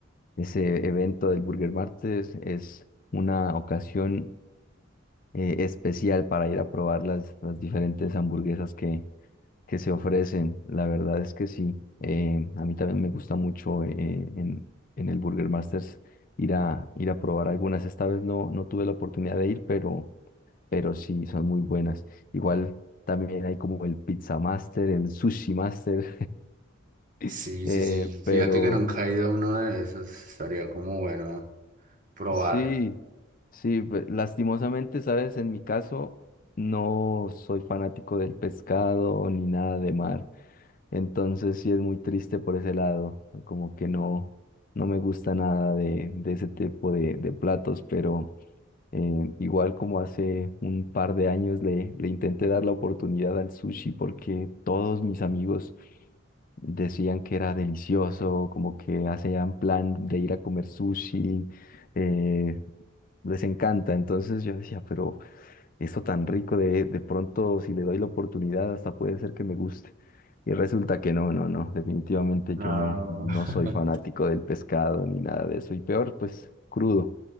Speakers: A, on the left; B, on the right.
A: ese evento del Burger Martes es una ocasión eh, especial para ir a probar las, las diferentes hamburguesas que, que se ofrecen. La verdad es que sí. eh, a mí también me gusta mucho eh, eh, en, en el Burger Masters ir a, ir a probar algunas. Esta vez no, no tuve la oportunidad de ir, pero, pero sí, son muy buenas. Igual también hay como el Pizza Master, el Sushi Master,
B: Sí,
A: <laughs> eh,
B: sí, sí, fíjate
A: pero,
B: que nunca he ido a uno de esos, estaría como bueno probar.
A: Sí, sí, pe- lastimosamente, sabes, en mi caso no soy fanático del pescado ni nada de mar, entonces sí es muy triste por ese lado, como que no, no me gusta nada de, de ese tipo de, de platos, pero eh, igual como hace un par de años le, le intenté dar la oportunidad al sushi porque todos mis amigos decían que era delicioso, como que hacían plan de ir a comer sushi. eh, les encanta. Entonces yo decía, pero esto tan rico de, de pronto, si le doy la oportunidad, hasta puede ser que me guste. Y resulta que no, no, no, definitivamente
B: No.
A: yo no, no
B: <laughs>
A: soy fanático del pescado ni nada de eso. Y peor, pues crudo.